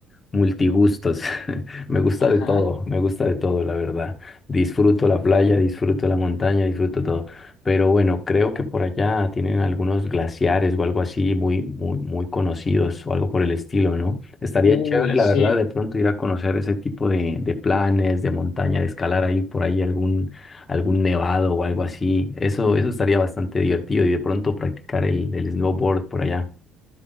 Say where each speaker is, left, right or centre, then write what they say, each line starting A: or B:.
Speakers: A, on the left; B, on the left.
A: multigustos. <laughs> Me gusta
B: Ajá.
A: de todo, me gusta de todo, la verdad. Disfruto la playa, disfruto la montaña, disfruto todo. Pero bueno, creo que por allá tienen algunos glaciares o algo así muy, muy, muy conocidos o algo por el estilo, ¿no? Estaría
B: Uy,
A: chévere, la
B: sí.
A: verdad, de pronto ir a conocer ese tipo de, de planes, de montaña, de escalar ahí por ahí algún, algún nevado o algo así. Eso, eso estaría bastante divertido y de pronto practicar el, el snowboard por allá.